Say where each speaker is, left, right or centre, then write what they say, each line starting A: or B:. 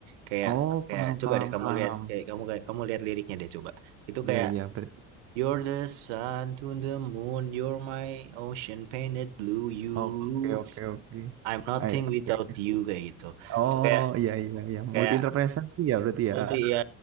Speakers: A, on the right; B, on the right.
A: Kayak
B: oh,
A: kayak
B: paham,
A: coba
B: paham,
A: deh kamu
B: paham.
A: lihat kayak kamu kayak kamu lihat liriknya deh coba. Itu
B: Ya,
A: kayak
B: ya. Berarti.
A: You're the sun to the moon, you're my ocean painted blue, you
B: Oke, oke, oke.
A: I'm nothing
B: Ah, ya, oke.
A: without you kayak gitu.
B: Oh,
A: Itu kayak
B: ya, ya, ya.
A: kayak
B: Multi interpretasi ya, berarti
A: aku
B: ya.
A: tuh ya